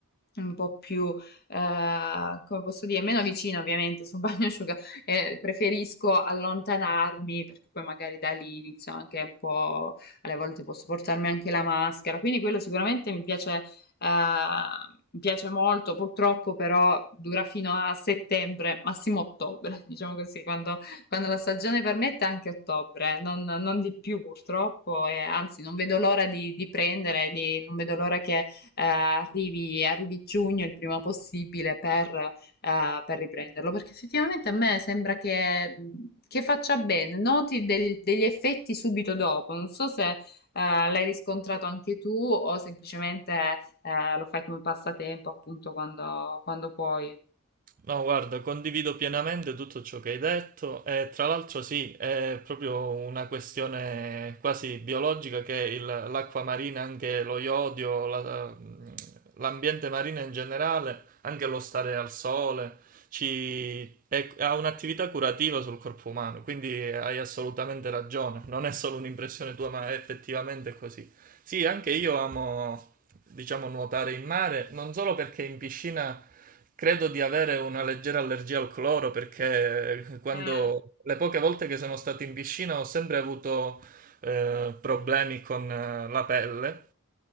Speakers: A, on the left (about 45°); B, on the right (about 40°).
A: un po' più, eh, come posso dire, meno vicino ovviamente su un bagno <laughs> eh, preferisco allontanarmi perché poi magari da lì inizio anche un po', alle volte posso portarmi anche la maschera, quindi quello sicuramente mi piace, eh, mi piace molto, purtroppo però dura fino a settembre, massimo ottobre, <laughs> diciamo così, quando, quando la stagione permette anche ottobre, non, non di più purtroppo, e anzi non vedo l'ora di, di prendere, di- non vedo l'ora che eh, arrivi, arrivi giugno il prima possibile per eh, per riprenderlo, perché effettivamente a me sembra che, che faccia bene, noti del- degli effetti subito dopo, non so se eh, l'hai riscontrato anche tu o semplicemente eh, lo fai come passatempo appunto quando, quando puoi.
B: No, guarda, condivido pienamente tutto ciò che hai detto e tra l'altro sì, è proprio una questione quasi biologica che il- l'acqua marina, anche lo iodio, la- l'ambiente marino in generale, anche lo stare al sole, ci- è- ha un'attività curativa sul corpo umano, quindi hai assolutamente ragione, non è solo un'impressione tua, ma è effettivamente così. Sì, anche io amo, diciamo, nuotare in mare, non solo perché in piscina credo di avere una leggera allergia al cloro, perché quando,
A: Eh,
B: le poche volte che sono stato in piscina ho sempre avuto eh, problemi con eh, la pelle